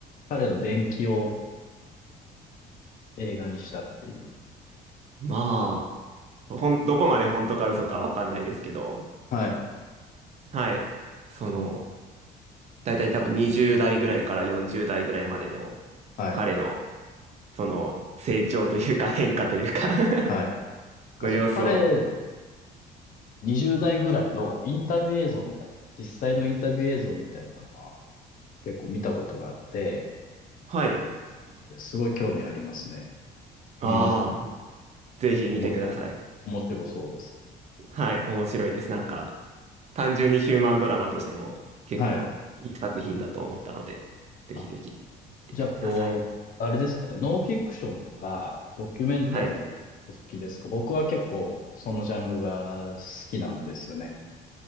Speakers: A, on the left (about 55°); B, on the right (about 40°).
A: 彼の伝記を映画にしたっていう。
B: まあ、ほん、どこまで本当か嘘かわかんないですけど、
A: はい、
B: はい。その、大体多分20代ぐらいから40代ぐらいまでの
A: はい、
B: 彼の、その、成長というか変化というか
A: はい。
B: <laughs>
A: がそう、
B: の様子を、
A: 彼の20代ぐらいのインタビュー映像みたいな、実際のインタビュー映像みたいなのは結構見たことがあって、
B: はい。
A: なんですごい興味ありますね。
B: ああ、
A: 見ます。
B: ぜひ見てください。
A: おも、面白そうです。
B: はい、面白いです。なんか、単純にヒューマンドラマとしても結構いい作品だと思ったので、
A: はい。
B: ぜひぜひ
A: あ
B: 見てください。
A: じゃあ、こう、あれですかね、ノンフィクションとか、ドキュメンタリーお好きですか僕は結構、
B: はい。
A: そのジャンルが好きなんですよね。